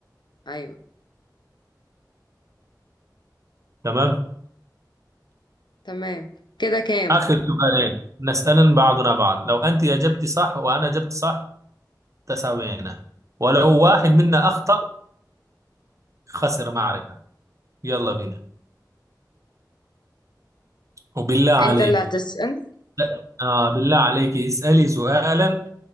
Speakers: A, on the left; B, on the right.
A: أيوه
B: تمام
A: تمام كده كام
B: آخر سؤالين نسأل بعضنا بعض لو أنت أجبت صح وأنا أجبت صح تساوينا ولو واحد منا أخطأ خسر معركة يلا بينا وبالله عليك
A: انت اللي هتسأل
B: لا. آه بالله عليك اسألي سؤالا